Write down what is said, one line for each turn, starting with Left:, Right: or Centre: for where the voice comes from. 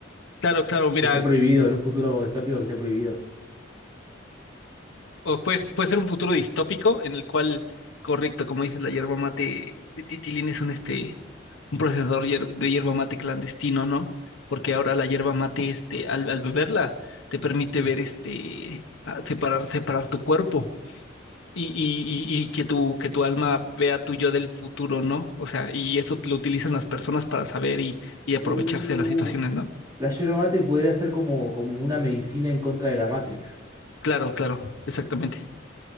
Left: Claro, claro, mira.
Right: Que esté prohibido, en un futuro distópico que esté prohibido.
Left: O puede, puede ser un futuro distópico en el cual, correcto, como dices, la hierba mate de Titilín es un, este, un procesador hier- de hierba mate clandestino, ¿no? Porque ahora la hierba mate, este, al, al beberla, te permite ver, este, a- separar, separar tu cuerpo y, y, y, y que tu, que tu alma vea tu yo del futuro, ¿no? O sea, y eso lo utilizan las personas para saber y, y aprovecharse
Right: Uh,
Left: de las situaciones, ¿no?
Right: la yerba mate podría ser como, como una medicina en contra de la Matrix.
Left: Claro, claro, exactamente.